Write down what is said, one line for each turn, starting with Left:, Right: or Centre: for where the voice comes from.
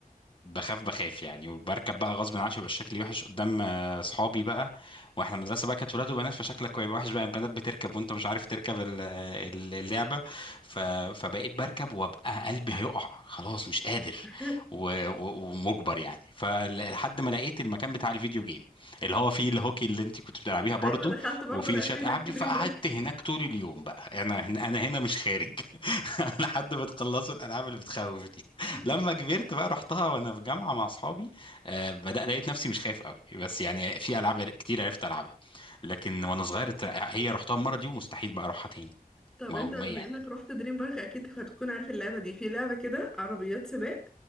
Left: بخاف بخاف يعني وبركب بقى غصب عني عشان يبقى شكلي وحش قدام آه، صحابي بقى واحنا المدرسه بقى كانت ولاد وبنات فشكلك هيبقى وحش بقى البنات بتركب وانت مش عارف تركب ال- ال- اللعبه ف- فبقيت بركب وابقى قلبي هيقع خلاص مش قادر
Centre: اه
Left: و- و- ومجبر يعني فلحد ما لقيت المكان بتاع الفيديو جيم اللي هو فيه الهوكي اللي انت كنت بتلعبيها برضو
Centre: ايوه دخلت برضه
Left: وفيه
Centre: لعبت
Left: شويه
Centre: هناك
Left: العاب
Centre: في
Left: دي
Centre: دريم
Left: فقعدت
Centre: بارك
Left: هناك طول اليوم بقى انا هنا- انا هنا مش خارج <laughs> لحد ما تخلصوا الالعاب اللي بتخوف
Centre: <laughs>
Left: لما كبرت بقى رحتها وانا في جامعه مع اصحابي آه، بدأ لقيت نفسي مش خايف قوي بس يعني في العاب كتير عرفت العبها لكن وانا صغير اتر- هي رحتها المره دي ومستحيل بقى اروحها تاني
Centre: طب
Left: ما
Centre: انت
Left: هو ما
Centre: بما
Left: يعني
Centre: انك رحت دريم بارك اكيد هتكون عارف اللعبه دي في لعبه كده عربيات سباق